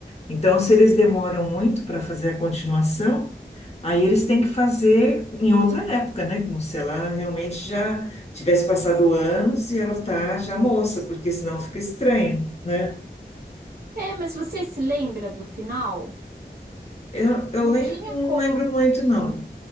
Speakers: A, on the left; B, on the right.
A: Então, se eles demoram muito para fazer a continuação, aí eles têm que fazer em outra época, né? Como se ela realmente já tivesse passado anos e ela tá já moça, porque senão fica estranho, né?
B: É, mas você se lembra do final?
A: Eu, eu
B: Não
A: lembro,
B: tinha
A: não
B: como.
A: lembro muito, não.